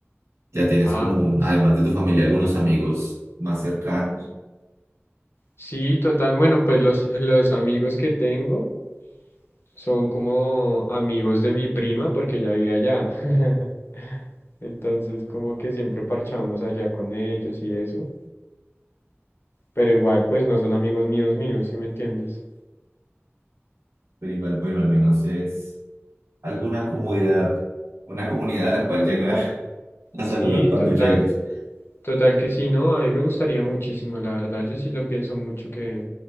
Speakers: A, on the right; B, on the left.
A: ya tienes
B: Ah,
A: como un,
B: s-
A: además de tu familia, algunos amigos más cercanos,
B: Sí, total. Bueno, pues los, los amigos que tengo son como amigos de mi prima porque ella vive allá. <laughs> Entonces, como que siempre parchamos allá con ellos y eso. Pero igual, pues no son amigos míos míos, ¿sí me entiendes?
A: pero igual, bueno, al menos es alguna comodidad, una comunidad a la cual llegar <laughs> a
B: sí,
A: saludar cuando
B: total.
A: llegues.
B: Total que sí, ¿no? A mí me gustaría muchísimo, la verdad. Yo sí lo pienso mucho que